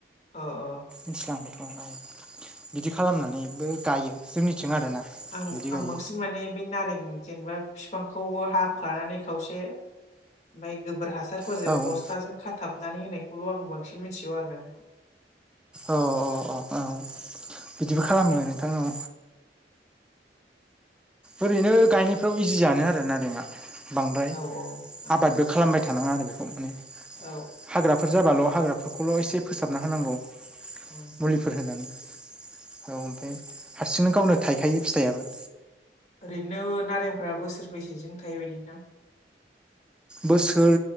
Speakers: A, on the left; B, in the centre.
A: ओ ओ
B: मिथिला आं बिदि खालामनानैबो गायो जोंनिथिं आरोना
A: आं
B: बिदि
A: आं
B: गायो
A: बांसिन माने बे नारें जेनेबा फिफांखौ हाख्लानानै खावसे ओमफ्राय गोबोर हासा- हासारफोरजों
B: औ
A: बस्थाजों खाथाबनानै होनायखौल' आं बांसिन मिनथिगौ आरोना नोंथां
B: औ औ औ औ बिदिबो खालामो नोंथां औ ओरैनो गायनायफ्राव इजियानो आरो नारेंआ बांद्राय
A: औ आं
B: आबारबो खालामबाय थानाङा आरो बेखौ माने
A: औ
B: हाग्राफोर जाबाल' हाग्राफोरखौल' एसे फोसाबना होनांगौ
A: औ नोंथां
B: मुलिफोर होनानै औ ओमफाय हारसिंनो गावनो थाइखायो फिथाइयाबो
A: ओरैनो नारेंफ्रा बोसोरबैसेजों थायोबायदि नोंथां
B: बोसोर